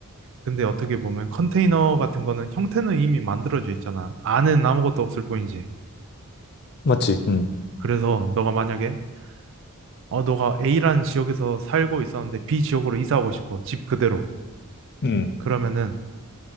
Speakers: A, on the right (about 60°); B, on the left (about 50°).
A: 근데 어떻게 보면 컨테이너 같은 거는 형태는 이미 만들어져 있잖아. 안은 아무것도 없을 뿐이지.
B: 맞지? 음,
A: 그래서 너가 만약에 어 너가 A라는 지역에서 살고 있었는데 B 지역으로 이사하고 싶어. 집 그대로.
B: 음,
A: 그러면은